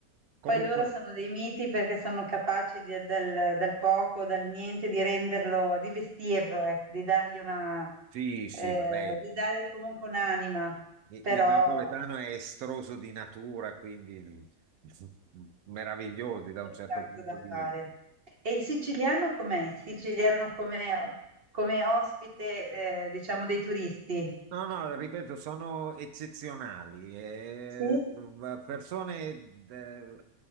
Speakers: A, on the right; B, on the right.
A: comunque
B: Poi loro sono dei miti perché sono capaci di- del, del poco, dal niente, di renderlo, di vestirlo, ecco, di dargli una,
A: sì, sì,
B: eh,
A: va bene.
B: di dare comunque un'anima,
A: I-
B: però
A: Il napoletano è estroso di natura, quindi <laughs> meravigliosi da
B: c'è
A: un certo
B: tanto
A: punto
B: da
A: di
B: fare.
A: vista.
B: E il siciliano com'è? Il siciliano come, come ospite, eh, diciamo, dei turisti?
A: No, no, ripeto, sono eccezionali, eh,
B: Sì,
A: v- persone d-